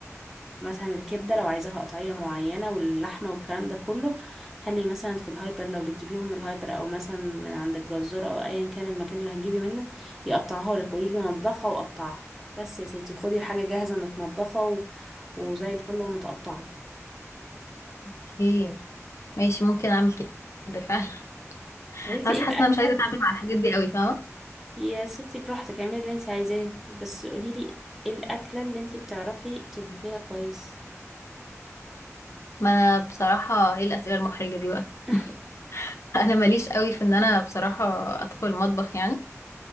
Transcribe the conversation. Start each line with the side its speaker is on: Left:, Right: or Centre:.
Centre: مثلا الكبدة لو عايزاها قطعية معينة واللحمة والكلام ده كله خلي مثلا في الهايبر لو بتجيبيهم من الهايبر أو مثلا من عند الجزار أو أيا كان المكان اللي هتجيبي منه يقطعها لك قولي له نضفها وقطعها بس يا ستي خدي حاجة جاهزة متنضفة و... وزي الفل ومتقطعة
Left: <laughs> اوكي ماشي ممكن اعمل كده فعلا <laughs>
Centre: طب انتي
Left: بس
Centre: ايه
Left: حاسه
Centre: الأكلة
Left: ان انا مش عايزه اتعامل مع الحاجات دي قوي فاهمه
Centre: يا ستي براحتك اعملي اللي انتي عايزاه بس قوليلي ايه الأكلة اللي انتي بتعرفي تطبخيها كويس
Left: ما انا بصراحه ايه الاسئله المحرجه دي بقى
Centre: <laughs>
Left: <laughs> انا ماليش قوي في ان انا بصراحه ادخل المطبخ يعني